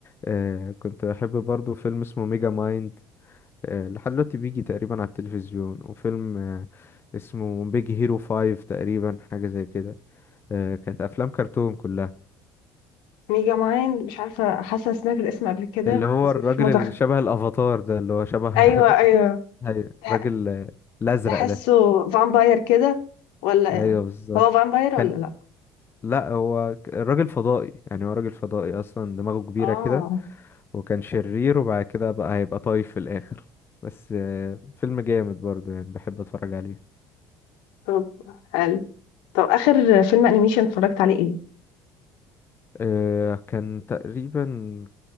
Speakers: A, on the left; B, on the left.
A: آه كنت بحب برضو فيلم اسمه ميجا مايند آه لحد دلوقتي بيجي تقريبا على التلفزيون وفيلم آه اسمه بيج هيرو فايف تقريبا حاجة زي كده آه كانت افلام كرتون كلها
B: ميجا ماين مش عارفه حاسه سمعت الاسم قبل كده
A: اللي هو
B: بس
A: الراجل
B: مش متخ
A: اللي شبه الافاتار ده اللي هو شبه <laughs>
B: ايوه ايوه
A: هي-
B: تح-
A: الراجل آه، الازرق
B: تحسه
A: ده
B: فامباير كده ولا
A: ايوه
B: إيه؟
A: بالظبط
B: هو فامباير ولا
A: كان
B: لا
A: لا هو ك- الراجل فضائي يعني هو راجل فضائي اصلا دماغه كبيره
B: اه
A: كده وكان شرير وبعد كده بقى هيبقى طايف في الاخر <laughs> بس آه، فيلم جامد برضه يعني بحب اتفرج عليه
B: طب حلو طب اخر فيلم انيميشن اتفرجت عليه ايه
A: آه، كان تقريبا